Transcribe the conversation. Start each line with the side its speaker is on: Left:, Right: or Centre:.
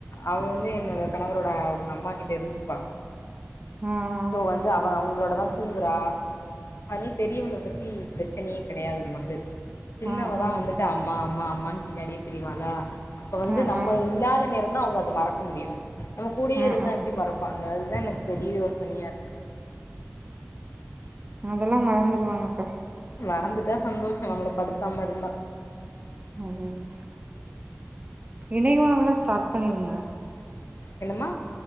Left: அவ வந்து என்னோட கணவரோட அவுங்க அம்மா கிட்ட இருந்துப்பா
Right: ம்
Left: சோ வந்து அவனன அவங்களோடதான் தூங்குறா அதனால பெரியவள பத்தி பிரச்சனையே கிடையாது நமக்கு சின்னவதா
Right: ஆ ஆ
Left: வந்துட்டு அம்மா அம்மா அம்மான்னு பின்னாடியே தரியவாளா அப்ப வந்து
Right: ஆ
Left: நம்ம
Right: ஆ
Left: இல்லாத நேரம் தான் அவுங்க அத மறக்க முடியும் நம்ம கூடயே
Right: ஆ
Left: இருந்தா
Right: ஆ
Left: எப்டி மறப்பாங்க அதுதான் எனக்கு பெரிய யோசனையா இருக்கு
Right: அதல்லாம் மறந்துடுவாங்கக்கா
Left: மறந்துட்டா சந்தோஷம் நம்மள படுத்தாம இருந்தா
Right: அதா அதா இன்னைக்கும் உள்ள ஸ்டார்ட் பண்ணிருங்க
Left: என்னம்மா